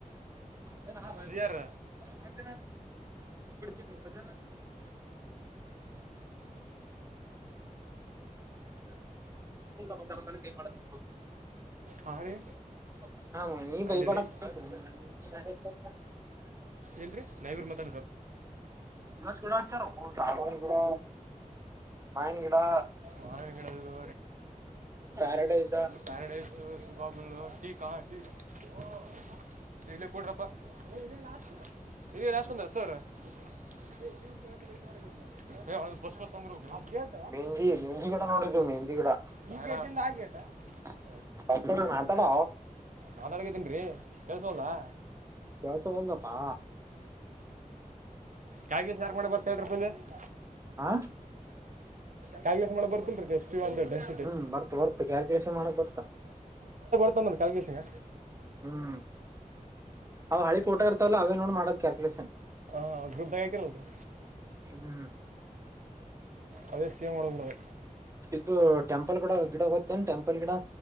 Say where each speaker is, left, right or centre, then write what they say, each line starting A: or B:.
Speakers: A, on the right; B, on the right.
A: ಎಲ್ಲ ಹಾನ್ ಹೇಳ್ತ
B: ಸಿ ಆರ್
A: ಜಜೌ್್ರ ಮತ
B: ಹಾಂ ರೀ
A: <unintelligible> ಹಾ ನೀ ಭೈಯಬಾಡ
B: ಅಲ್ಲಿ ರೀ
A: ಎಪ್ <unintelligible>
B: ಏನ್ರಿ ನವರು ಮಾತ
A: ಮಸ್ತ್ ಗಿಡ ಹಚ್ಚಾರೋಪ ಸಾಗವಾನಿ ಗಿಡಾ, ಮಾವಿನಕಾಯಿ ಗಿಡಾ,
B: ಮಾವಿನ ಗಿಡ ಇದು
A: ಪ್ಯಾರಾಡೈಸ್,
B: <unintelligible> ಲ್ಲ ಕೊಡ <unintelligible> <inaudible>
A: ಮೆಂದಿ ಮೆಹಂದಿ ಗಿಡಾ ನೋಡು ಮೆಹಂದಿ ಗಿಡಾ
B: ಈ <unintelligible>
A: <unintelligible> ಮಾತಾಡೊ
B: ಮಾತಾಡಕತ್ತೇನ್ರಿ ಕೇಳಸ್ವಲತ್ತಾ.
A: ಕೆಳಸವ ಲ್ಲದಪ್ಪಾ
B: ಕಾಗಿ ಸಾರ್ ಮಾಡಕ್ ಬರ್ತೈತೆ <unintelligible> <unintelligible>
A: ಹಾ
B: ಕಾಗ್ಲೆೇಸ್ ಮಾಡ ಬರ್ತಲ್ರಿ ಎಷ್ಟ <unintelligible>
A: ಹ್ಮ್ ಬರ್ತ ಬರ್ತ ಕ್ಯಾಲ್ಕುಲೇಷನ್ ಮಾಡಕ್ ಬರ್ತ
B: ಮತ್ತಂದ ಕಲ್ಗೆೇಶಂಗ
A: ಹ್ಮ್ ಅವ್ ಹಳಿ ಫೋಟೋ ಇರ್ತವಲ್ಲ ಅವೇ ನೋಡ್ ಮಾಡೋದ್ ಕ್ಯಾಲ್ಕುಲೇಷನ್
B: ಹಾ ಗ್ರೂಪ್ ಗ ಹಾಕಿರಲ್ರಿ
A: ಹ್ಮ್
B: ಅದೇ ಸೆಮ್ ಮಾಡಬಿಡದು
A: ಇದು ಟೆಂಪಲ್ ಗಿಡ ಗಿಡ ಗೋಗ್ತನ್ ಟೆಂಪಲ್ ಗಿಡಾ